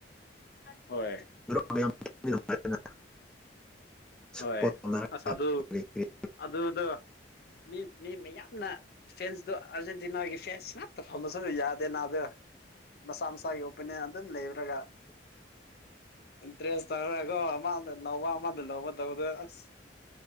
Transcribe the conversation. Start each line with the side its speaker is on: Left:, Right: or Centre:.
Left: ꯍꯣꯏ
Centre: <inaudible> ꯁꯞꯄꯣꯔꯠ
Left: ꯍꯣꯏ
Centre: ꯇꯧꯅꯔꯒ
Left: ꯑꯁ ꯑꯗꯨ
Centre: ꯀꯔꯤ ꯀꯔꯤ
Left: ꯑꯗꯨꯗꯣ ꯃꯤ ꯃꯤ ꯃꯌꯥꯝꯅ ꯐꯦꯟꯁꯇꯣ ꯑꯥꯔꯖꯦꯟꯇꯤꯅꯥꯒꯤ ꯐꯦꯟꯁ ꯉꯛꯇ ꯐꯃꯁꯨ ꯌꯥꯗꯦ ꯅꯥꯗ ꯃꯁꯥ ꯃꯁꯥꯒꯤ ꯑꯣꯄꯤꯅꯤꯌꯟ ꯑꯗꯨꯝ ꯂꯩꯕꯨꯔꯒ ꯏꯟꯇ꯭ꯔꯦꯁ ꯇꯧꯔꯀꯣ ꯑꯃꯥꯗ ꯅꯧꯕ ꯑꯃꯥꯗ ꯂꯧꯕ ꯇꯧꯕꯗ ꯑꯁ